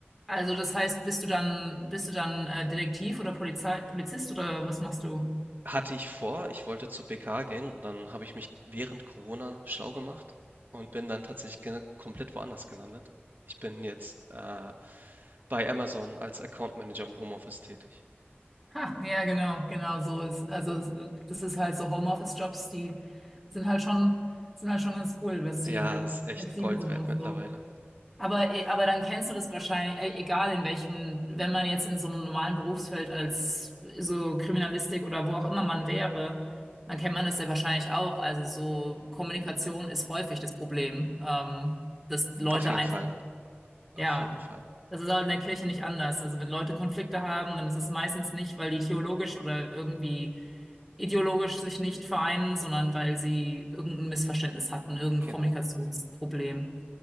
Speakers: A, in the centre; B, on the right.
A: Also das heißt, bist du dann, bist du dann äh, Detektiv oder Polizei Polizist oder was machst du?
B: Hatte ich vor, ich wollte zur BK gehen und dann habe ich mich während Corona schlau gemacht und bin dann tatsächlich ge komplett woanders gelandet. Ich bin jetzt, äh, bei Amazon als Account Manager im Homeoffice tätig.
A: Ha, ja, genau, genau so ist. Also es- das ist halt so Homeoffice-Jobs, die sind halt schon, sind halt schon ganz cool, dass die
B: Ja,
A: halt
B: ist echt
A: flexibel
B: Gold
A: sind
B: wert
A: und
B: mittlerweile.
A: so. Aber, äh, aber dann kennst du das wahrscheinlich, äh, egal in welchem, wenn man jetzt in so einem normalen Berufsfeld als äh, so Kriminalistik oder wo auch immer man wäre, dann kennt man das ja wahrscheinlich auch. Also so Kommunikation ist häufig das Problem, ähm, dass Leute
B: Auf jeden
A: einfach,
B: Fall,
A: ja,
B: auf jeden Fall.
A: das ist halt in der Kirche nicht anders. Also wenn Leute Konflikte haben, dann ist es meistens nicht, weil die theologisch oder irgendwie ideologisch sich nicht vereinen, sondern weil sie irgendein Missverständnis hatten, irgendein
B: Genau.
A: Kommunikationsproblem.